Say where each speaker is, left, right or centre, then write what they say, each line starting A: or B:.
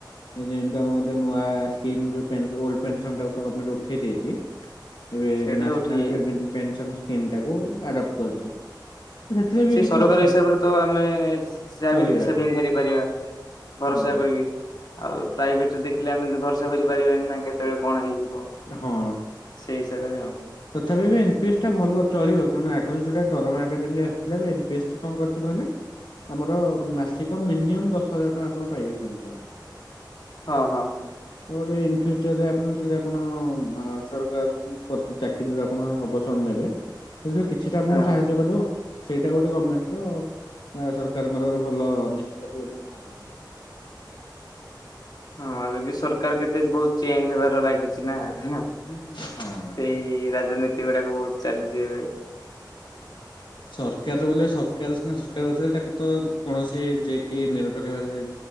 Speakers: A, on the left; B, on the left.
A: ଯେ ଆ ଗୋଟେ ନୂଆ ସ୍କିମ ହୋଲ ପେନସନ ଟା କୁ ଗଣମେଣ୍ଟ ଉଠେଇ ଦେଇଛି। ଏବେ
B: ସେଇଟା
A: ନ୍ୟାସନାଲ
B: ସବୁ ଠିକ୍ ଯାଇଛି।
A: ପେଭେଣ୍ଟ ପେନସନ ସ୍କିମ ଟାକୁ ଆଡପ୍ଟ କରିଛି। ସେଥିରେ ବି
B: ସେ
A: କିଛି
B: ସରକାର
A: ଅଛି
B: ହିସାବରେ ତ ଆମେ ଯାହା
A: ଚଳିବା
B: ବି କିଛି ସେଭିଙ୍ଗ କରିପାରିବା। ଭରସା
A: ହୁଁ ହୁଁ।
B: କରିବି। ଆଉ ପ୍ରାଇଭେଟ ରେ ଦେଖିଲେ ଆମେ ଭରସା କରିପାରିବାନି ନା କେତେବେଳେ କଣ ହେଇଯିବ।
A: ହଁ।
B: ସେଇ ହିସାବରେ ଆ
A: ତଥାପି ଏବେ ଏନ୍ ପି ଏସ୍ ଟା ଭଲ ଚଳିବ କାରଣ ଆଗରୁ ଦରମା ଯେମ ଆସଥିଲା ଏବେ ଏମ ପି ଏସ୍ କଣ କରିଛି କହିଲେ ଆମର ମାସିକ ମିନିମମ୍ ଦଶ ହଜାର ଟଙ୍କା ଆପଣ ପାଇବେ ପେନସନ।
B: ହଁ ହଁ।
A: ତ ଗୋଟେ ଇନ ଫ୍ୟୁଚର ଯେ ଆପଣ ଆପଣ ସରକାର ଚାକିରିରେ ଆପଣ ଅବସର ନେବେ ସେଥିରୁ କିଛିଟା ଆପଣଙ୍କୁ
B: ହଁ
A: ସାହାଯ୍ୟ କରିବ। ସେଇଟା ଗୋଟେ ଗଭର୍ଣ୍ଣମେଣ୍ଟ ର ବା ସରକାରଙ୍କର ଗୋଟେ ଭଲ ନିଷ୍ପତ୍ତି ବୋଲି ମୁଁ ଭାବୁଛି।
B: ହଁ ଏବେ ବି ସରକାର କେତେ ବହୁତ ଚେଞ୍ଜ ହେବାର ତ ଲାଗିଛି ନା ସେଇ
A: ହଁ।
B: ରାଜନୀତି ଗୁଡାକ ବହୁତ ଚାଲିଛି ଏବେ।
A: ସରକାର ବୋଲେ ସରକାର ସରକାର ଭରେ ତାକୁ ତ କୌଣସି ଯିଏ କି ନିରପେକ୍ଷ ଭାବରେ